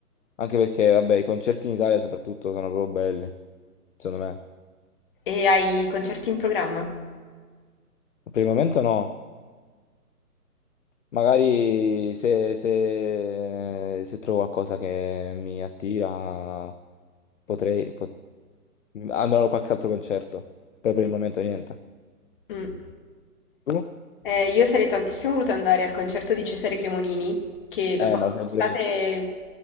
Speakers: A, on the left; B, on the left.
A: anche perché vabbè i concerti in Italia soprattutto sono proprio belli, secondo me.
B: E hai concerti in programma?
A: Per il momento no. Magari se, se- se trovo qualcosa che mi attira, potrei pot- andrò a qualche altro concerto. Però per il momento niente.
B: Mm.
A: Tu?
B: Eh, io sarei tantissimo voluta andare al concerto di Cesare Cremonini, che lo
A: Eh,
B: fa quest'estate
A: ma lo sai pure io.